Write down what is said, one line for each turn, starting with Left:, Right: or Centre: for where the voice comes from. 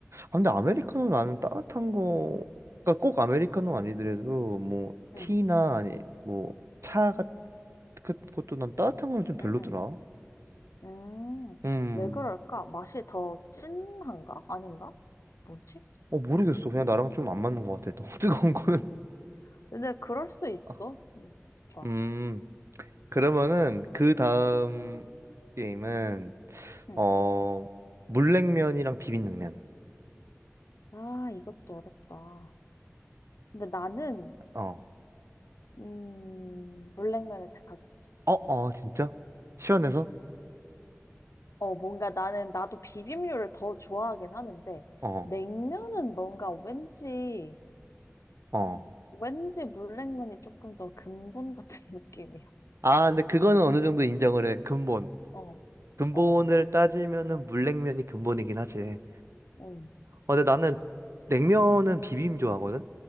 Right: 근데 아메리카노 나는 따뜻한 거, 그러니까 꼭 아메리카노 아니더라도, 뭐, 티나,
Left: 음,
Right: 아니, 뭐, 차 같은 것도 난 따뜻한 거는 좀 별로더라.
Left: 음, 음. 음,
Right: 음,
Left: 왜 그럴까? 맛이 더 진한가? 아닌가? 뭐지?
Right: 어, 모르겠어. 그냥 나랑 좀 안 맞는 것 같아. 너무 <laughs> 뜨거운 거는.
Left: 음. 근데 그럴 수 있어.
Right: 아,
Left: 음, 좋아.
Right: 음. 그러면은
Left: 음,
Right: 그 다음 게임은
Left: 음.
Right: 어 물냉면이랑 비빔냉면.
Left: 아, 이것도 어렵다. 근데 나는,
Right: 어.
Left: 음, 물냉면을 택하겠어.
Right: 어, 어, 진짜? 시원해서?
Left: 음. 어, 뭔가 나는, 나도 비빔류를 더 좋아하긴 하는데,
Right: 어.
Left: 냉면은 뭔가 왠지,
Right: 어.
Left: 왠지 물냉면이 조금 더 근본 같은 <laughs> 느낌이야.
Right: 아, 근데 그거는 어느 정도 인정을 해. 근본.
Left: 어,
Right: 근본을
Left: 어,
Right: 따지면은 물냉면이 근본이긴 하지.
Left: 음,
Right: 어, 근데 나는 냉면은 비빔 좋아하거든.